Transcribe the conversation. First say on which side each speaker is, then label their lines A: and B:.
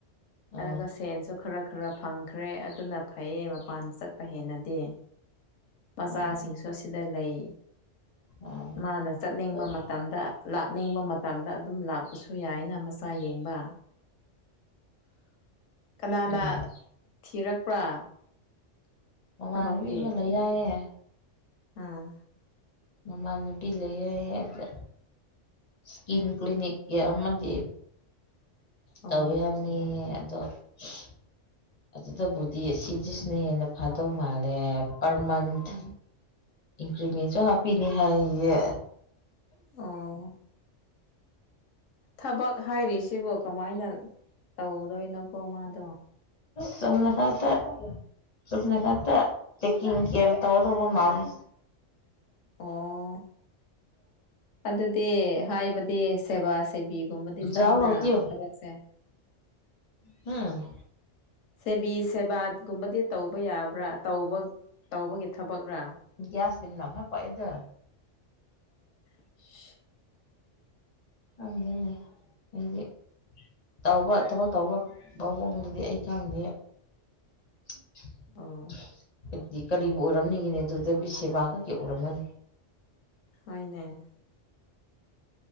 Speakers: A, on the left (about 40°); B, on the left (about 85°).
A: ꯎꯝ
B: ꯑꯗꯨꯒ ꯁꯦꯟꯁꯨ ꯈꯔ ꯈꯔ ꯐꯪ ꯈ꯭ꯔꯦ ꯑꯗꯨꯅ ꯐꯩꯌꯦ ꯃꯄꯥꯟ ꯆꯠꯄ ꯍꯦꯟꯅꯗꯤ ꯃꯆꯥꯁꯤꯡꯁꯨ
A: ꯎꯝ
B: ꯑꯁꯤꯗ ꯂꯩ
A: ꯎꯝ
B: ꯃꯥꯅ ꯆꯠꯅꯤꯡꯕ
A: ꯍꯣꯏ
B: ꯃꯇꯝꯗ ꯂꯥꯛꯅꯤꯡꯕ ꯃꯇꯝꯗ ꯑꯗꯨꯝ ꯂꯥꯛꯄꯁꯨ ꯌꯥꯏꯅ ꯃꯆꯥ ꯌꯦꯡꯕ ꯀꯅꯥꯅ
A: ꯎꯝ
B: ꯊꯤꯔꯛꯄ꯭ꯔꯥ
A: ꯃꯃꯥꯟꯅꯕꯤ
B: ꯊꯕꯛꯇꯤ
A: ꯑꯃ ꯂꯩ ꯌꯥꯏꯌꯦꯦ
B: ꯑꯥ
A: ꯃꯃꯥꯟꯅꯄꯤ ꯂꯩꯌꯦ ꯑꯗ꯭ꯔꯦ ꯏꯁꯀꯤꯟ ꯀ꯭ꯂꯤꯅꯤꯛꯀꯤ ꯑꯃꯗꯤ
B: ꯑꯣ
A: ꯇꯧꯋꯦ ꯍꯥꯏꯕꯅꯤ ꯑꯗꯣ UNINTELLIGIBLE ꯑꯗꯨꯗꯕꯨꯗꯤ ꯁꯤꯗꯤꯁꯤꯅ ꯍꯦꯟꯅ ꯐꯥꯗꯧ ꯃꯥꯜꯂꯦ ꯄꯔ ꯃꯟꯊ
B: ꯎꯝ
A: ꯏꯟꯀ꯭ꯔꯤꯃꯦꯟꯁꯨ ꯍꯥꯞꯄꯤꯅꯦ ꯍꯥꯏꯌꯦ
B: ꯑꯣ ꯊꯕꯛ ꯍꯥꯏꯔꯤꯁꯤꯕ ꯀꯃꯥꯏꯅ ꯇꯧꯗꯣꯏꯅꯣꯀꯣ ꯃꯥꯗꯣ
A: ꯆꯨꯝꯅ ꯈꯇꯥ ꯆꯨꯝꯅ ꯈꯇꯥ ꯇꯥꯛꯀꯤꯟ ꯀꯤꯌꯥꯔ ꯇꯧꯗꯨꯕ ꯃꯂꯦ
B: ꯑꯣ ꯑꯗꯨꯗꯤ ꯍꯥꯏꯕꯗꯤ ꯁꯦꯕꯥꯁ ꯁꯦꯕꯤꯒꯨꯝꯕꯗꯤ ꯆꯪꯕ꯭ꯔꯥ
A: ꯖꯥꯎ ꯂꯧꯇꯤꯌꯨ
B: ꯊꯕꯛꯁꯦ
A: ꯎꯝ
B: ꯁꯦꯕꯤ ꯁꯦꯕꯥꯒꯨꯝꯕꯗꯤ ꯇꯧꯕ ꯌꯥꯕ꯭ꯔꯥ ꯇꯧꯕ ꯇꯧꯕꯒꯤ ꯊꯕꯛꯔꯥ
A: UNINTELLIGIBLE
B: UNINTELLIGIBLE
A: ꯈꯪꯗꯦꯅꯦ ꯑꯩꯗꯤ ꯇꯧꯕ ꯊꯕꯛ ꯇꯧꯕ ꯃꯑꯣꯡꯗꯗꯤ ꯑꯩ ꯈꯪꯗꯦ <inaudible>
B: ꯑꯥ
A: ꯍꯥꯏꯗꯤ ꯀꯔꯤꯕꯨ ꯑꯣꯏꯔꯝꯅꯤꯒꯤꯅꯦ ꯑꯗꯨꯗ ꯕꯤ ꯁꯦꯕꯥ ꯈꯛꯀꯤ ꯑꯣꯏꯔꯝꯃꯅꯤ
B: ꯍꫭꯏꯅꯦ